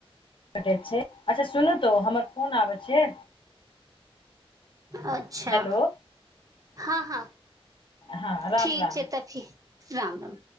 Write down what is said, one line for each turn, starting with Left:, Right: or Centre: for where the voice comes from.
Left: भटैत छै, अच्छा सुनू तो हमर फोन आबैत छै।
Right: अ च्छा
Left: हेलो
Right: हँ - हँ
Left: हँ राम
Right: ठीक
Left: राम
Right: छै तऽ फि राम -राम।